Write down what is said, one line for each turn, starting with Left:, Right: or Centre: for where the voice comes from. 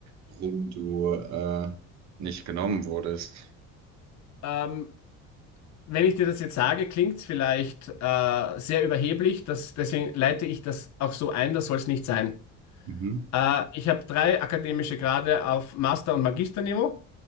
Right: warum du äh, nicht genommen wurdest.
Left: Ähm, wenn ich dir das jetzt sage, klingt es vielleicht äh, sehr überheblich. Das, deswegen leite ich das auch so ein, das soll es nicht sein.
Right: Mhm.
Left: Äh, ich habe drei akademische Grade auf Master- und Magisterniveau.